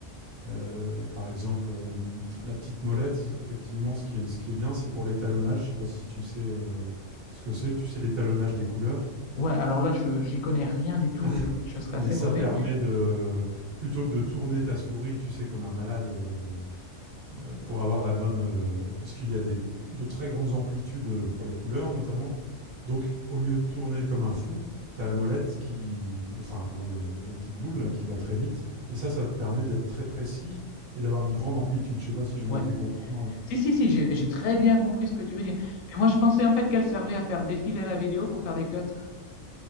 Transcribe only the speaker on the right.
euh, par exemple, euh, la petite molette, effectivement, ce qui est, ce qui est bien, c'est pour l'étalonnage. Je sais pas si tu sais euh, ce que c'est. Tu sais l'étalonnage des couleurs,
<laughs>
mais
ça
permet de plutôt que de tourner ta souris, tu sais, comme un malade, euh, euh, pour avoir la bonne, euh, puisqu'il y a des, de très grandes amplitudes euh, pour les couleurs notamment. Donc au lieu de tourner comme un fou, tu as la molette qui, enfin comment dire, le- la petite boule là, qui va très vite, et ça, ça te permet d'être très précis et d'avoir une grande amplitude. Je sais pas si je me
fais comprendre.